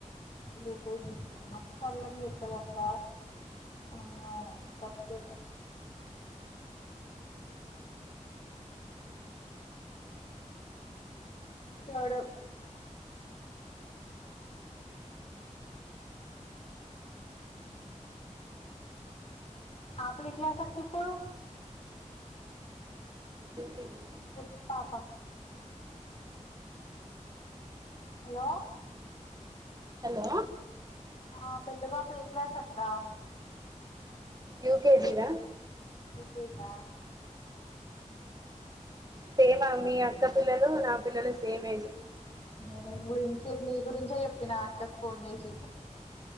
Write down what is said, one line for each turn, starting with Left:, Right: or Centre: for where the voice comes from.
Left: ఇగ మస్ అల్లరి ఎత్తాడు అంట అమ్మో తట్టుకోలేం ఇటోడు పాపనే క్లాస్ అక్క ఇప్పుడు
Right: యూకేజీ
Left: పెద్ద పాప హలో
Right: హలో
Left: ఆ పెద్ద పాప ఏ క్లాస్ అక్క
Right: యూకేదీరా
Left: పజదా
Right: సేమ్ మీ అక్క పిల్లలు నా పిల్లలు సేమ్ ఏజ్
Left: నేనీ గురించి నీ గురించే చెప్పినా అక్కకు ఫోన్ చేసి